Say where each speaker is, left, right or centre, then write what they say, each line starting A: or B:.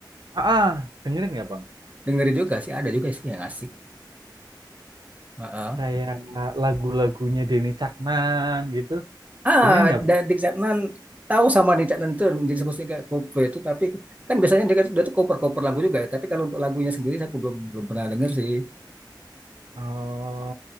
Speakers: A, on the right (about 60°); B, on the right (about 20°).
A: ah ah, dengerin nggak bang
B: Dengerin juga sih, ada juga sih yang asik. Heeh.
A: Kayak lagu-lagunya Denny Caknan gitu.
B: Ah,
A: Dengerin nggak, Bang?
B: da- di Caknan tahu sama di Caknan tuh jadi sebutnya kayak koplo itu tapi kan biasanya dia, dia tuh cover-cover lagu juga ya. Tapi kalau untuk lagunya sendiri aku belum belum pernah denger sih.
A: Oh,